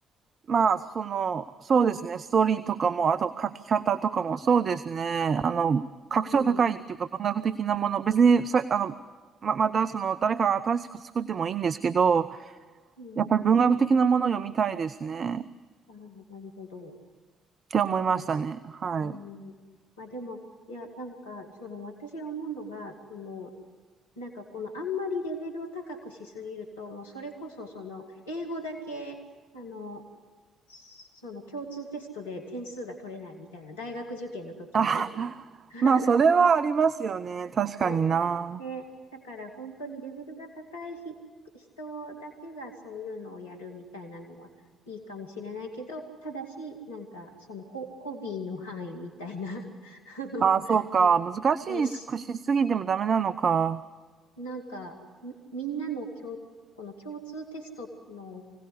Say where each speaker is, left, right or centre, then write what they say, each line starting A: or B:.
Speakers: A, on the right (about 45°); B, on the left (about 80°).
A: まあ、その、そうですね、ストーリーとかも、あと書き方とかも、そうですね、あの、格調高いっていうか文学的なもの、
B: うん、
A: 別にさ、あの、ま、またその、誰かが新しく作ってもいいんですけど、
B: うん、
A: やっぱり文学的なものを読みたいですね、っ
B: ああ、なるほど。
A: て思いましたね。
B: まあ、そ
A: はい。
B: うん、まあでも、いや、なんか、その私が思うのが、その、なんかこのあんまりレベルを高くしすぎると、もうそれこそその英語だけ、あの、その共通テストで点数が取れないみたいな大学受験の時に。
A: あ、
B: <laughs>
A: まあ、それはありますよね、確かにな。
B: ね、だ、ね、だから本当にレベルが高いひ人だけがそういうのをやるみたいなのはいいかもしれないけど、ただし、なんかそのホ、ホビーの範囲みたいな、<laughs> あの、
A: あ、そうか、
B: なんかね、
A: 難しいくしすぎてもダメなのか。
B: しなんか、み、みんなの共、この共通テストの、